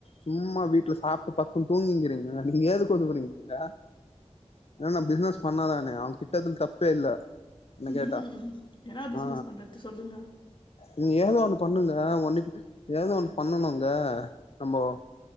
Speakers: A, on the left (about 60°); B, on the left (about 45°).
A: சும்மா வீட்டுல சாப்பிட்டு படுக்குன்னு தூங்கிங்கீங்க நீங்க ஏதுக்குதுவுறீங்கங்க ஏன நா பிசினஸ் பண்ணாதானே அவங்க திட்டறத்துல தப்பே இல்ல என்ன
B: ம்
A: கேட்டா
B: ம் என்னா பிசினஸ்
A: ஆ
B: பண்றதுக்கு சொல்லுங்க
A: நீங்க ஏதோ ஒண்ணு பண்ணுங்க ஒன்ன ஏதோ ஒண்ணு பண்ணணுங்க நம்போ